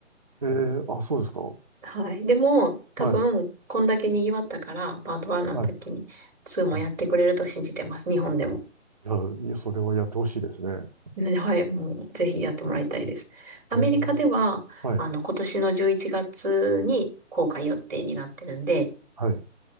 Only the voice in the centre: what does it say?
はい。でも、多分、
こんだけ賑わったから、パート1の時に2もやってくれると信じてます。
日本でも。
ねはい、もう、ぜひやってもらいたいです。アメリカでは、
あの、今年の11月に公開予定になってるんで、